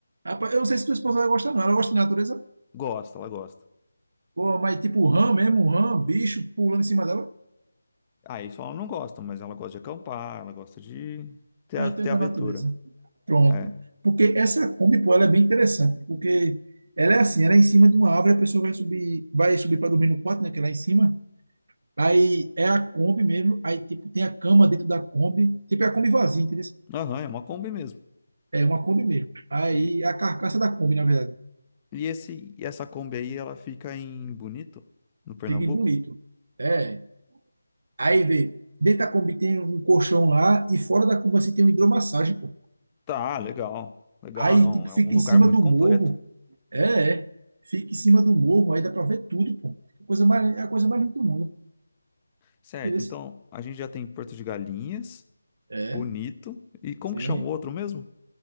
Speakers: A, on the right; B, on the left.
A: Rapaz, eu não sei se tua esposa vai gostar, não. Ela gosta de natureza?
B: Gosta, ela gosta.
A: Pô, mas tipo rã mesmo, rã, bicho pulando em cima dela.
B: Ah, isso ela não gosta, mas ela gosta de acampar, ela gosta de ter,
A: Ah,
B: a-
A: então
B: ter
A: é da
B: aventura.
A: natureza. Pronto.
B: É.
A: Porque essa Kombi, pô, ela é bem interessante. Porque ela é assim, ela é em cima de uma árvore, a pessoa vai subir, vai subir para dormir no quarto, né? Que é lá em cima. Aí é a Kombi mesmo. Aí, tipo, tem a cama dentro da Kombi. Tipo, é a Kombi vazia, entendeu?
B: Aham, é uma Kombi mesmo.
A: É uma Kombi mesmo. Aí
B: E,
A: é a carcaça da Kombi, na verdade.
B: e esse, e essa Kombi aí, ela fica em Bonito, no Pernambuco?
A: Fica em bonito. É, Aí, vê, dentro da Kombi tem um colchão lá e fora da Kombi assim tem uma hidromassagem, pô.
B: Tá, legal. Legal,
A: Aí,
B: não.
A: tipo,
B: É
A: fica
B: um lugar
A: em cima
B: muito
A: do
B: completo.
A: morro. É, é. Fica em cima do morro, aí dá pra ver tudo, pô. É A Coisa mais, é a coisa mais linda do mundo.
B: Certo,
A: Entendeu?
B: então a gente já tem Porto de Galinhas,
A: É,
B: Bonito, e como
A: sim.
B: que chama o outro mesmo?